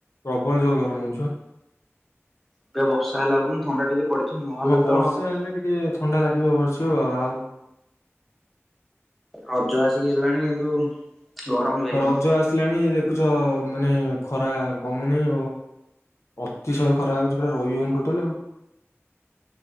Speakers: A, on the left; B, in the centre.
A: ପ୍ରବଳ ଜୋର ଗରମ ହଉଚି ବା
B: ଏବେ ବର୍ଷା ହେଲା ଦିନୁ ଥଣ୍ଡା ଟିକେ ପଡିଛି। ନହେଲେ
A: ହଁ ବର୍ଷା
B: ତ
A: ହେଲେ ଟିକେ ଥଣ୍ଡା ଲାଗିବ। <unintelligible>
B: ରଜ ଆସିକି ହେଲାଣି କିନ୍ତୁ ଗରମ ଯାଇନି।
A: ରଜ ଆସିଲାଣି ଚ ମାନେ ଖରା କମୁନେଇ ଆଉ। ଅତିଶୟ ଖରା ହଉଛି ପୁରା ରହିହଉନି ଟୋଟାଲ ଆଉ।